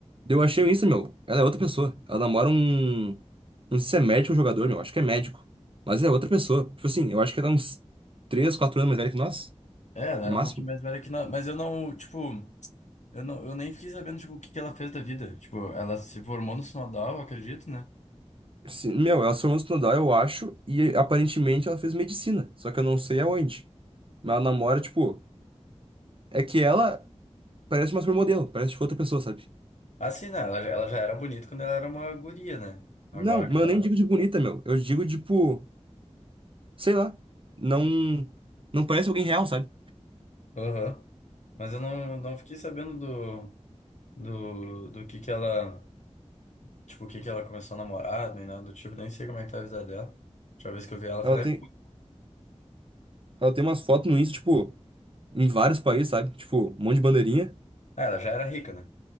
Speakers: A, on the right; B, on the left.
A: Eu achei isso, meu. Ela é outra pessoa. Ela namora um. Não sei se é médico ou jogador, meu. Acho que é médico. Mas é outra pessoa. Tipo assim, eu acho que ela é uns 3 4 anos mais velha que nós.
B: É, ela
A: No
B: era
A: máximo.
B: um pouquinho mais velha que nós, mas eu não, tipo, eu não, eu nem fiquei sabendo, tipo, o que que ela fez da vida. Tipo, ela se formou no Sinodal, eu acredito, né?
A: Sim, meu, ela se formou no Estudar, eu acho. E aparentemente ela fez medicina. Só que eu não sei aonde. Mas ela namora, tipo. É que ela parece uma supermodelo. Parece tipo outra pessoa, sabe?
B: Assim, né? Ela, já- ela já era bonita quando ela era uma guria, né? Agora
A: Não, mas
B: que ela.
A: eu nem digo
B: tá.
A: de bonita, meu. Eu digo, tipo. Sei lá. Não. Não parece alguém real, sabe?
B: Aham. Mas eu não, não fiquei sabendo do, do, do que que ela, tipo, o que que ela começou a namorar, nem nada do tipo, nem sei como é que tá a vida dela. A última vez que eu vi ela
A: Ela
B: foi na
A: tem,
B: escola.
A: ela tem umas fotos no Insta, tipo. em vários países, sabe? Tipo, um monte de bandeirinha.
B: Ah, ela já era rica, né?